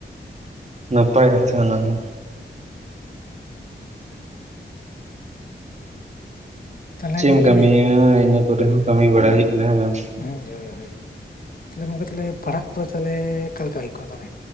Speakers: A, on the right (about 35°); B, on the left (about 50°).
A: ᱱᱟᱯᱟᱭ ᱠᱟᱛᱷᱟ ᱚᱱᱟ ᱦᱚᱸ᱾
B: ᱛᱟᱦᱚᱞᱮ
A: ᱪᱮᱫ
B: ᱜᱚᱝᱠᱮ
A: ᱮᱢ ᱠᱟᱹᱢᱤᱭᱟ ᱤᱱᱟᱹ ᱠᱚᱨᱮ ᱦᱚᱸ ᱠᱟᱹᱢᱤ ᱵᱟᱲᱟᱭ ᱦᱩᱭᱩᱜ ᱠᱟᱱᱟ ᱦᱮᱸ ᱵᱟᱝ?
B: ᱦᱳᱭ ᱦᱳᱭ ᱛᱟᱦᱚᱞᱮ ᱜᱚᱢᱠᱮ ᱛᱟᱦᱚᱞᱮ ᱯᱟᱲᱦᱟᱜ ᱠᱚᱫᱚ ᱛᱟᱦᱚᱞᱮ ᱠᱟᱞᱮᱠᱟ ᱦᱩᱭᱩᱜ ᱠᱟᱱᱟ ᱛᱟᱦᱚᱞᱮ?